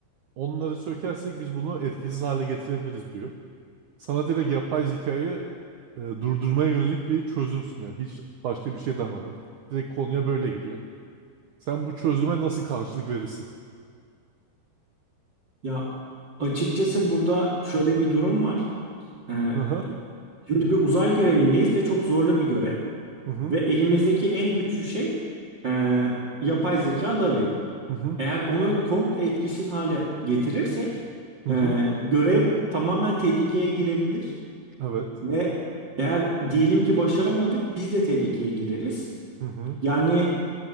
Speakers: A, on the right; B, on the right.
A: Onları sökersek biz bunu etkisiz hale getirebiliriz diyor. Sana direkt yapay zekayı e, durdurmaya yönelik bir çözüm sunuyor. Hiç başka bir şey demeden. Direkt konuya böyle giriyor. Sen bu çözüme nasıl karşılık verirsin?
B: Ya açıkçası burada şöyle bir durum var. Ee,
A: <laughs>
B: şimdi bir uzay görevindeyiz ve çok zorlu bir görev
A: Hı hı
B: ve elimizdeki en güçlü şey e, yapay zeka Lavi.
A: hı hı
B: Eğer onu komple etkisiz hale getirirsek
A: hı
B: e,
A: hı.
B: görev tamamen tehlikeye girebilir
A: Evet.
B: ve eğer diyelim ki başaramadık biz de tehlikeye gireriz.
A: Hı hı
B: Yani